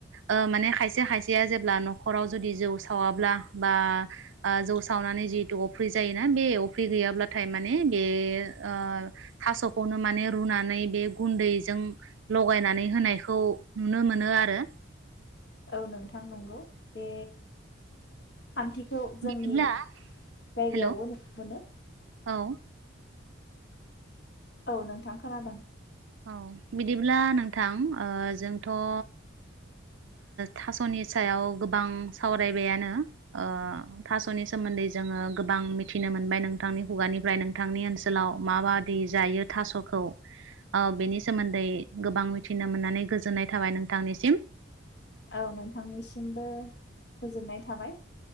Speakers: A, on the right; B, on the left.
A: ओ माने खायसे खायसेया जेब्ला नखराव जुदि जौ सावाब्ला बा ओ जौ सावनानै जिहेतु अफ्रि जायोना बे अफ्रि गैयाब्लाथाय माने बे ओ थासखौनो माने रुनानै बे गुन्दैजों लगायनानै होनायखौ नुनो मोनो आरो
B: औ नोंथां नंगौ बे खान्थिखौ जोंनि
A: बिदिब्ला
B: जायगायावबो
A: हेल'
B: नु नो मोनो
A: औ
B: औ नोंथां खोनादों
A: औ बिदिब्ला नोंथां ओ जोंथ ओ थासनि सायाव गोबां सावरायबायानो ओ थासनि सोमोन्दै जोङो गोबां मिथिनो मोनबाय नोंथांनि हुगानिफ्राय नोंथांनि ओनसोलाव माबादि जायो थासखौ ओ बेनि सोमोन्दै गोबां मिथिनो मोननानै गोजोननाय थाबाय नोंथांनिसिम
B: औ नोंथांनिसिमबो गोजोननाय थाबाय